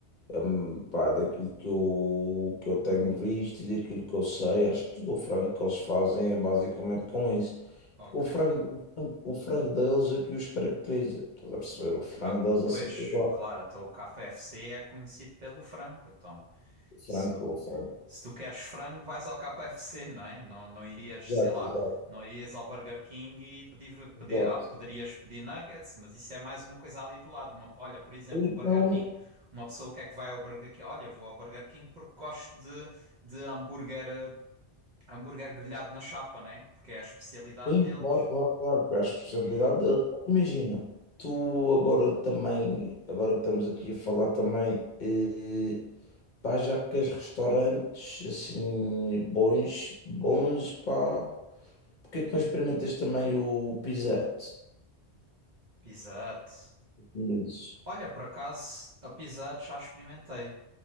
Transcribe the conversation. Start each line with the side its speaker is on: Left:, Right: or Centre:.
Left: Hum, pá, daquilo que eu, que eu tenho visto e daquilo que eu sei, acho que tudo o frango que eles fazem é basicamente com isso.
Right: Ok.
Left: Porque o frango, o frango, o frango deles é que os caracteriza. Estás a perceber? O frango
Right: Ah,
Left: deles
Right: pois,
Left: é sempre igual.
Right: claro, então o KFC é conhecido pelo frango. Então,
Left: O
Right: se,
Left: frango pelo frango.
Right: se tu queres frango, vais ao KFC, não é? Não, não irias,
Left: Exato,
Right: sei lá,
Left: exato,
Right: não irias ao Burger King e pedir,
Left: exato.
Right: pedir, ah, poderias pedir nuggets, mas isso é mais uma coisa ali do lado. Uma- olha, por exemplo,
Left: Ou então,
Right: o Burger King. Uma pessoa o que é que vai ao Burger King? Olha, vou ao Burger King porque gosto de, de hambúrguer, eh, hambúrguer grelhado na chapa, né? Porque é a especialidade
Left: Sim,
Right: deles.
Left: claro, claro, claro, porque a especialidade,
Right: E
Left: eu- imagina, tu agora também, agora que estamos aqui a falar também, eh, pá, já que queres restaurantes assim bons, bons, pá, porque é que não experimentas também o Pizzette?
Right: pizza hut.
Left: Me dizes.
Right: Olha, por acaso, a pizza hut já experimentei.